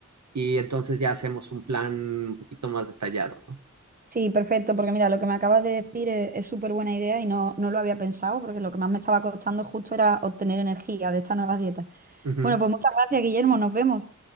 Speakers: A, on the right (about 65°); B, on the right (about 30°).
A: y entonces ya hacemos un plan un poquito más detallado. ¿no?
B: Sí, perfecto, porque mira, lo que me acabas de decir es súper buena idea y no, no lo había pensado, porque lo que más me estaba costando justo era obtener energía de esta nueva dieta.
A: Ujú.
B: Bueno, pues muchas gracias, Guillermo, nos vemos.